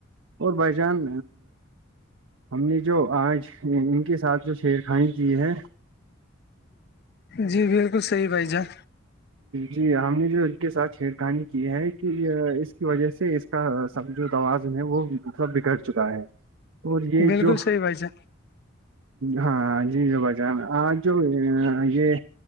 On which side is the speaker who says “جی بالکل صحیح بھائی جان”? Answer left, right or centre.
Left